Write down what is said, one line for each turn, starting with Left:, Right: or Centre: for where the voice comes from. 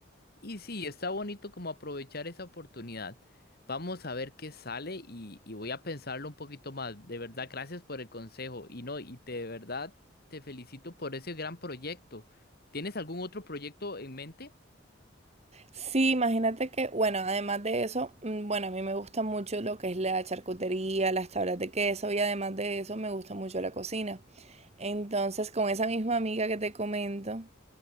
Left: y sí, está bonito como aprovechar esa oportunidad. Vamos a ver qué sale y, y voy a pensarlo un poquito más. De verdad, gracias por el consejo. Y no, y te, de verdad te felicito por ese gran proyecto. ¿Tienes algún otro proyecto en mente?
Right: Sí, imagínate que, bueno, además de eso, mm, bueno, a mí me gusta mucho lo que es la charcutería, las tablas de queso y además de eso me gusta mucho la cocina. Entonces, con esa misma amiga que te comento,